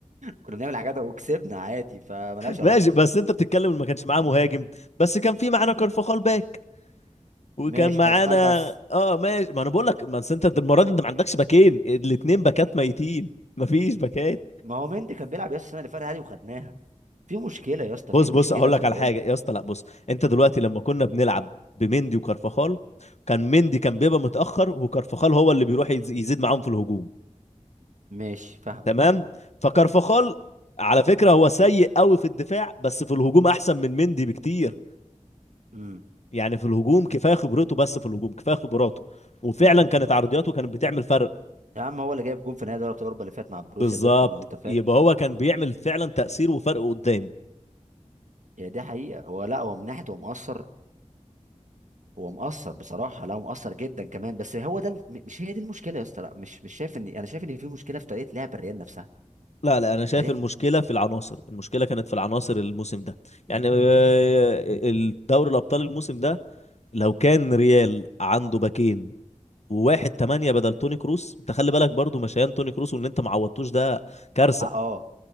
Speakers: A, on the right; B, on the left.
A: كنا بنعمل حاجات وكسبنا عادي فملهاش علاقه
B: ماشي بس انت بتتكلم ان ما كانش معاه مهاجم بس كان في معانا كارفاخال باك وكان
A: ماشي
B: معانا
A: كارفخال بس
B: اه ماشي ما انا بقول لك ما أصل انت المره دي انت ما عندكش باكين الاتنين باكات ميتين ما فيش باكات
A: ما هو مندي كان بيلعب يا اسطى السنه اللي فاتت عادي وخدناها في مشكله يا اسطى
B: بص
A: في مشكله
B: بص هقول
A: في
B: لك
A: الريال
B: على حاجه يا اسطى لا بص انت دلوقتي لما كنا بنلعب بمندي وكارفاخال كان مندي كان بيبقى متاخر وكارفاخال هو اللي بيروح يز- يزيد معاهم في الهجوم
A: ماشي فاهمك
B: تمام فكارفاخال على فكره هو سيء قوي في الدفاع بس في الهجوم احسن من مندي بكتير
A: مم.
B: يعني في الهجوم كفايه خبرته بس في الهجوم كفايه خبراته وفعلا كانت عرضياته كانت بتعمل فرق
A: يا عم هو اللي جايب جون في نهائي دوري ابطال اوروبا اللي فات مع بروسيا
B: بالظبط
A: دورتموند لو انت فاكر
B: يبقى هو كان بيعمل فعلا تأثير وفرق قدام
A: هي دي حقيقه هو لا هو من ناحيه هو مقصر هو مقصر بصراحه لا هو مقصر جدا كمان بس هو ده ال- م- مش هي دي المشكله يا اسطى لا مش مش شايف ان انا شايف ان في مشكله في طريقه لعب الريال نفسها
B: لا لا انا شايف
A: طريقه
B: المشكله في العناصر المشكله كانت في العناصر الموسم ده يعني آه، الدوري الابطال الموسم ده لو كان ريال عنده باكين وواحد تمانية بدل توني كروس انت خلي بالك برضو مشيان توني كروس وان انت ما عوضتوش ده كارثة
A: اه اه